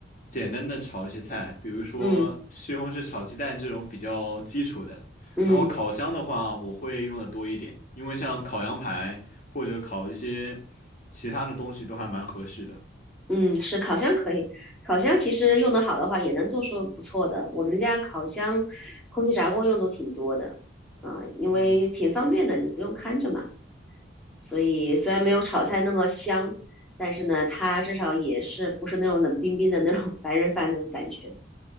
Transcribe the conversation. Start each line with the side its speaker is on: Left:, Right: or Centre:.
Left: 简单的炒一些菜，比如说西红柿炒鸡蛋这种比较基础的。
Centre: 嗯嗯
Left: 然后烤箱的话，我会用的多一点，因为像烤羊排或者烤一些其他的东西都还蛮合适的。
Centre: 嗯，是烤箱可以，烤箱其实用得好的话也能做出不错的。我们家烤箱、空气炸锅用都挺多的啊、因为挺方便的，
Left: 嗯，
Centre: 你不用看着嘛。所以虽然没有炒菜那么香，但是呢，它至少也是不是那种冷冰冰的那种白人饭那种感觉。